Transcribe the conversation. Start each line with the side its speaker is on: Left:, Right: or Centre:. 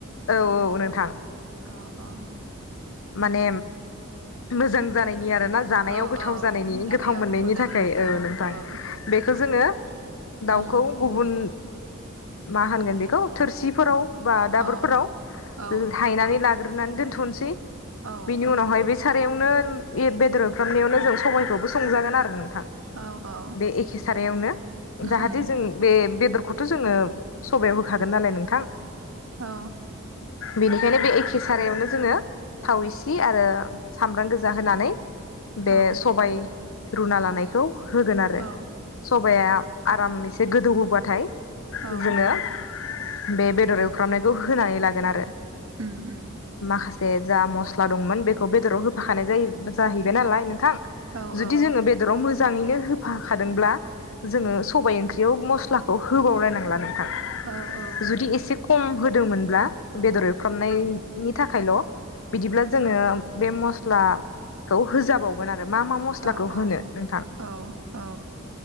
Left: औ औ नोंथां
Right: अ अ
Left: माने मोजां जानायनि आरोना जानायाव
Right: औ
Left: गोथाव
Right: औ
Left: जानायनि
Right: जानायाव
Left: गोथाव मोननायनि
Right: जानायनि
Left: थाखाय
Right: औ
Left: नोंथां
Right: औ
Left: बेखौ जोङो
Right: उम
Left: दाउखौ गुबुन मा होनगोन बेखौ थोरसिफोराव बा दाबोरफोराव
Right: औ औ
Left: हायनानै ला नानै दोनथ'नोसै
Right: औ
Left: बिनि उनावहाय बे सारायावनो बेदर खालामनायावनो जों सबबायखौबो संजागोन आ नोंथां
Right: औ औ
Left: बे एखे सारायावनो
Right: उम
Left: जाहाथे
Right: उम
Left: जों बे बेदरखौथ' जोङो सबायाव होखागोन नालाय नोंथां।
Right: औ
Left: बेनिखायनो बे एखे सारायावनो जोंङो थाव इसि आरो सामब्राम गोजा होनानै बे
Right: औ
Left: सबाय रुना लानायखौ होगोन आरो
Right: औ
Left: सबाया आराम एसे गोदौ होबाथाय
Right: औ
Left: जोंङो बे बेदर एवफ्रामनायखौ होनानै लागोन आरो
Right: उम उम
Left: माखासे मसला दंमोन बेखौ बेदराव हो बाखानाय जायो जाहैबाय नालाय नोंथां
Right: औ
Left: जुदि
Right: औ
Left: जोंङो बेदराव मोज मोजाङैनो होफाखादोंब्ला जोंङो सबायाइ ओंख्रियाव मस्लाखौ होबावलायनांला नों
Right: औ औ औ
Left: जुदि एसे खम हो होदोंमोनब्ला बेदर एवफ्रामनायनि थाखायल' बिदिब्ला जोंङो बे मस <unintelligible> खौ होजाबावगोन आरो मा मा मस्लाखौ
Right: औ
Left: होनो नोंथां
Right: औ औ